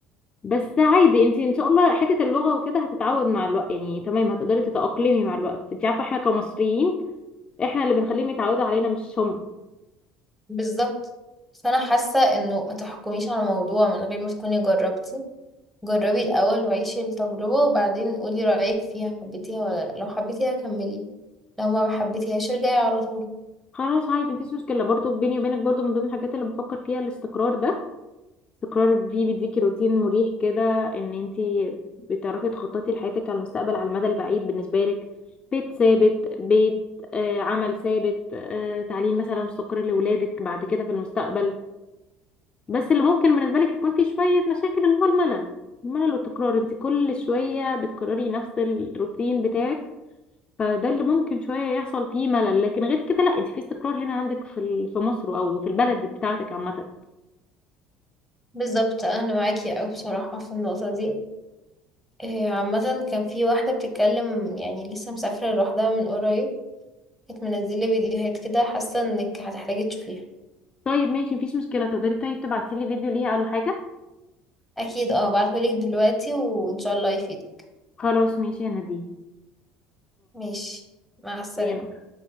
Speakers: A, on the left (about 30°); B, in the centre.
A: بس عادي انت ان شاء الله حته اللغه وكده هتتعود مع الوقت يعني تمام هتقدري تتاقلمي مع الوقت انت عارفه احنا كمصريين احنا اللي بنخليهم يتعودوا علينا مش هم
B: بالظبط فأنا حاسة إنه ما تحكميش على الموضوع من غير ما تكوني جربتي جربي الأول وعيشي التجربة وبعدين قولي رأيك فيها حبيتيها ولا لأ لو حبيتيها كملي لو ما حبيتيهاش ارجعي على طول
A: خلاص عادي مفيش مشكلة برضو بيني وبينك برضو من ضمن الحاجات اللي بفكر فيها الاستقرار ده استقرار فيه بيديكي روتين مريح كده ان انتي بتعرفي تخططي لحياتك على المستقبل على المدى البعيد بالنسبة لك بيت ثابت بيت آه عمل ثابت آه تعليم مثلا مستقر لولادك بعد كده في المستقبل بس اللي ممكن بالنسبة لك يكون فيه شوية مشاكل اللي هو الملل الملل والتكرار انتي كل شوية بتكرري نفس الروتين بتاعك فده اللي ممكن شوية يحصل فيه ملل لكن غير كده لا انت في استقرار هنا عندك في ال- في مصر او في البلد بتاعتك عامة
B: بالظبط أنا معاكي أوي بصراحة في النقطة دي إيه، عامة كان في واحدة بتتكلم يعني لسه مسافرة لوحدها من قريب كانت منزلة فيديوهات كده حاسة انك هتحتاجي تشوفيها
A: طيب ماشي مفيش مشكلة تقدري طيب تبعتي لي فيديو ليها ولا حاجة
B: أكيد اه هبعتهولك دلوقتي وإن شاء الله يفيدك
A: خلاص ماشي يا نادين
B: ماشي مع السلامة
A: باي